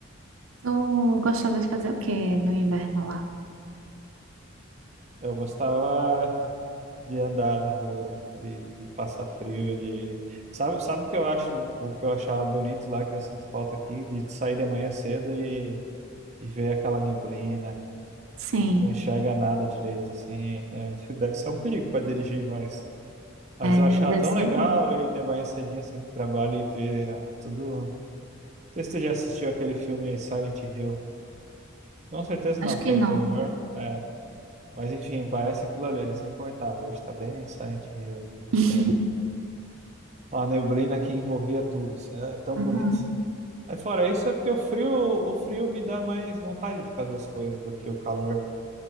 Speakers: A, on the right; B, on the right.
A: Tu gostava de fazer o que no inverno lá?
B: Eu gostava. de andar na rua, de, de passar frio, de sabe, sabe o que eu acho, o que eu achava bonito lá que eu sinto falta aqui, de sair de manhã cedo e, e ver aquela neblina,
A: Sim.
B: não enxerga nada direito assim, É, <laughs> deve ser um perigo para dirigir, mas mas
A: É,
B: eu achava
A: deve
B: tão
A: ser
B: legal
A: ruim.
B: ir de manhã cedinho assim pro trabalho e ver ah, tudo. Não sei se tu já assistiu aquele filme Silent Hill. Com certeza
A: Acho
B: não, porque
A: que
B: é
A: não.
B: terror. É, mas enfim, parece aquilo ali. A gente sempre comentava, hoje tá bem Silent Hill, aqui,
A: <laughs>
B: que é a neblina que envolvia tudo, assim, é é tão
A: Uhum.
B: bonito. Aí fora isso é porque o frio, o frio me dá mais vontade de fazer as coisas do que o calor.